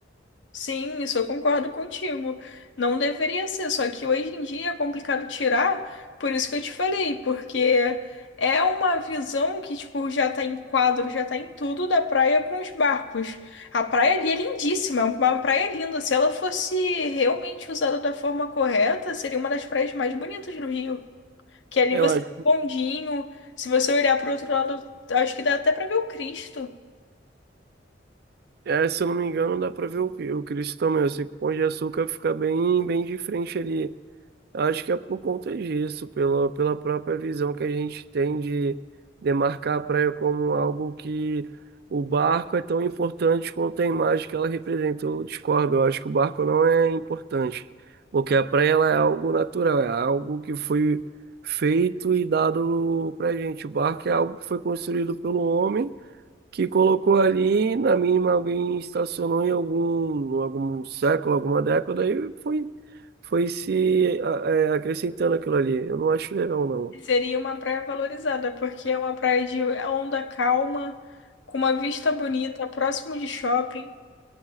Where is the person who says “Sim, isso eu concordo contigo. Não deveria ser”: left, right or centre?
Left